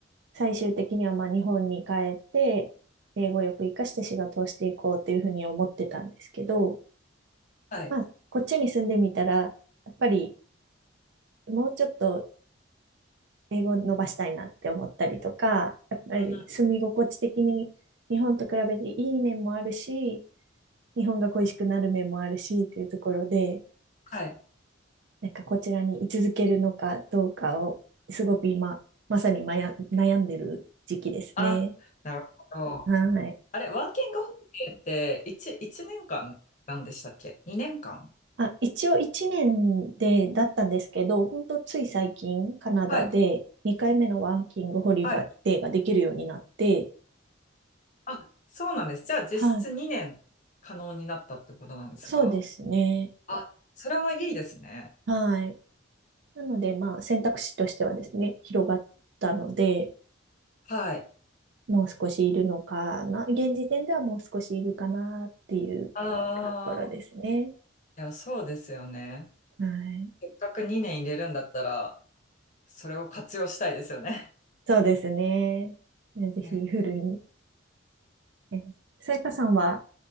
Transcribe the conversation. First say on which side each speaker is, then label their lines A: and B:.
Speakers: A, on the right (about 55°); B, on the left (about 35°).
A: 最終的にはまあ日本に帰って、英語力活かして仕事をしていこうというふうに思ってたんですけど、
B: はい。
A: まあ、こっちに住んでみたら、やっぱりもうちょっと英語を伸ばしたいなって思ったりとか、やっぱり住み心地的に日本と比べていい面もあるし、
B: うん
A: 日本が恋しくなる面もあるしっていうところで、
B: はい。
A: なんかこちらに居続けるのかどうかを、すごく今、まさにまや悩んでる時期ですね。
B: あ、なるほど。
A: はい。
B: あれ、ワーキングホリデーって1、一年間なんでしたっけ ?2 年間
A: あ、一応1年で、だったんですけど、本当つい最近、カナダで2回目のワーキングホリデーができるようになって、
B: はい。はいあ、そうなんです。じゃあ実質2年可能になったってことなんですか
A: はい。そうですね。
B: あ、それはいいですね。
A: はい。なので、まあ、選択肢としてはですね、広がったので、
B: はい。
A: もう少しいるのかな。現時点ではもう少しいるかなっていうところですね。
B: ああ、いや、そうですよね。
A: はい。
B: せっかく2年入れるんだったら、それを活用したいですよね。
A: そうですね。えぜひフルに。
B: えー
A: えさやかさんは